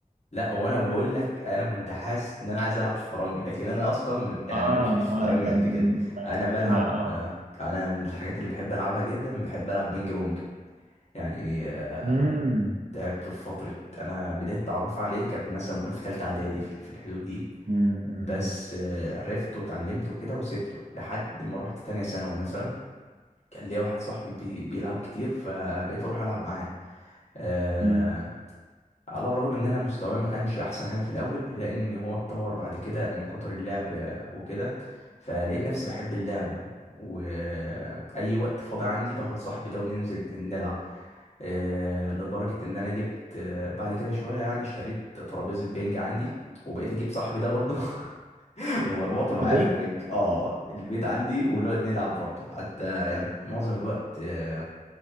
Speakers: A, on the left (about 50°); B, on the right (about 65°).
A: لا وانا بقول لك انا كنت حاسس ان انا عايز العب شطرنج لكن انا اصلا يعني
B: اه
A: ماليش في الشطرنج
B: اه انت
A: قد
B: م-
A: كده
B: ما لعبتش
A: انا بلعب
B: مع اه
A: آه، انا من الحاجات اللي بحب العبها جدا بحب العب بينج بونج يعني آه،
B: امم
A: لعبته في فتره انا بدايه تعرف عليه كانت مثلا قول في تالتة اعدادي في في الحدود دي
B: امم
A: بس آه، عرفته وتعلمته كده وسبته لحد ما رحت تانية ثانوي مثلا كان ليا واحد صاحبي بي- بيلعب كتير فبقيت اروح العب معاه آه،
B: امم
A: على الرغم ان انا مستواه ما كانش احسن حاجه في الاول الا ان هو اتطور بعد كده من كتر اللعب وكده فلقيت نفسي بحب اللعبه واي وقت فاضي عندي باخد صاحبي ده وننزل نلعب آه، لدرجه ان انا جبت آه، بعد كده شويه يعني اشتريت ترابيزه بينج عندي وبقيت اجيب صاحبي ده برضه <laughs> ومربوطه معايا
B: في البيت
A: في البنج اه البيت عندي ونقعد نلعب برضه حتى يعني معظم الوقت آه،